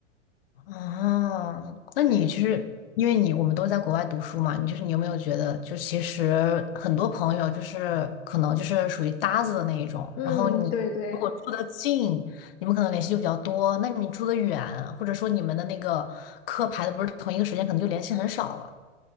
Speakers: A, on the left (about 50°); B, on the left (about 15°).
A: <laughs> 哦，那你就是因为你我们都在国外读书嘛，
B: 对，
A: 你就是你有没有觉得，就其实很多朋友就是可能就是属于搭子的那一种，
B: 嗯，
A: 然后你如果住的近，
B: 对对
A: 你们可能联系就比较多；那你住的远，或者说你们的那个课排的不是同一个时间，可能就联系很少了。